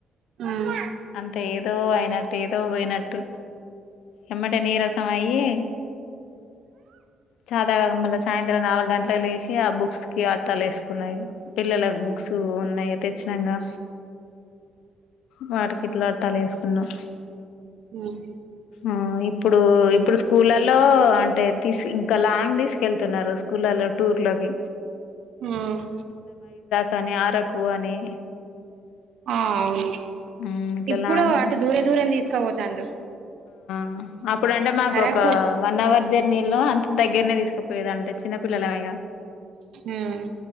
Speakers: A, on the right; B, on the left.
A: ఉమ్.
B: అంత ఏదో అయినట్టు ఏదో పోయినట్టు ఎమ్మటే నీరసం అయ్యి. చాతకాక మళ్ళీ సాయంత్రం నాలుగు గంటలకు లేచి ఆ బుక్. బుక్స్ కి ఆట్టాలు వేసుకున్నా ఇగ పిల్లలకు బుక్స్ ఉన్నాయి తెచ్చినంగా. వాటికి ఇట్లా అట్టాలు వేసుకున్నాం.
A: ఉమ్.
B: ఆహ్ ఇప్పుడు ఇప్పుడు స్కూలలో అంటే తీసి. ఒక లాంగ్ తీసుకెళ్తున్నారు స్కూళ్లలో టూర్లోకి.
A: ఉమ్.
B: కానీ అరకు అని.
A: ఆహ్ అవును
B: హ్మ్. ఇట్లా
A: ఇప్పుడు
B: లాంగ్స్
A: అటు దూర దూరం తీసుకపోతాండ్రు.
B: ఆహ్ అప్పుడు అంటే మాకు
A: అరకు
B: ఒక వన్ అవర్ జర్నీలో అంత దగ్గరనే తీసుకుపోయేది అంటే చిన్న పిల్లలమే కదా.
A: ఉమ్